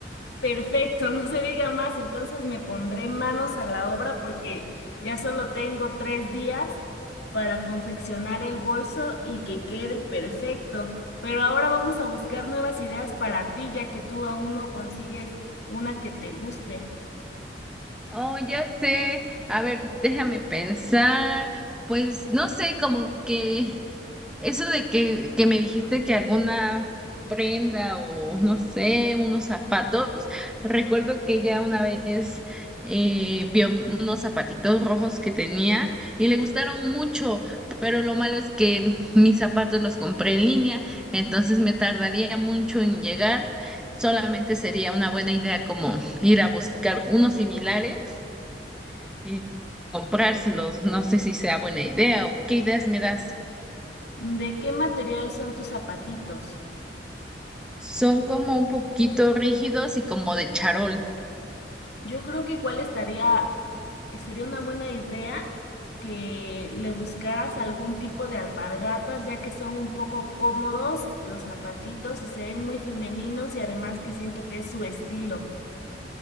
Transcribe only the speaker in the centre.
Oh, ya sé. A ver, déjame pensar. Pues no sé, como que eso de que, que me dijiste que alguna prenda o no sé, unos zapatos. Recuerdo que ella una vez eh, vio unos zapatitos rojos que tenía y le gustaron mucho, pero lo malo es que mis zapatos los compré en línea, entonces me tardaría mucho en llegar. Solamente sería una buena idea como ir a buscar unos similares y comprárselos. No sé si sea buena idea o qué ideas me das.
Son como un poquito rígidos y como de charol.